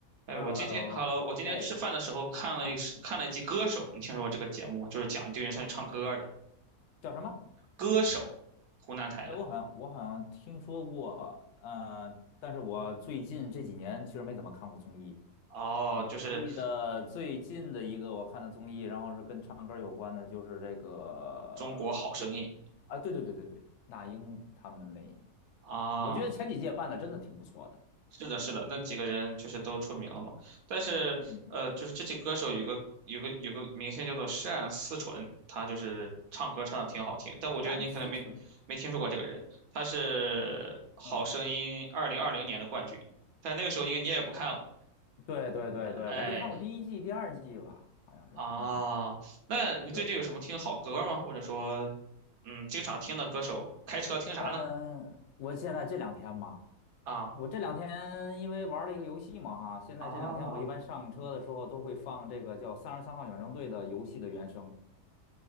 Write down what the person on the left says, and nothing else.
h
e l l o h e l l o
哎啊，
叫什么？
哎，我好像我好像听说过，呃，但是我最近这几年其实没怎么看过综艺。
我记得最近的一个我看的综艺，
然后是跟唱歌有关的，就是这个，
就是啊，对对对对对，那英他们那，
我觉得前几届办的真的挺不错的。
嗯，
单思纯，
嗯，
对对对对，
我就看过第一季、第二季吧，好像是啊，
对，
嗯、我现在这两天吧。
我这两天因为玩了一个游戏嘛，哈，现在这两天我一般上车的时候都会放这个叫《三十三号远征队》的游戏的原声。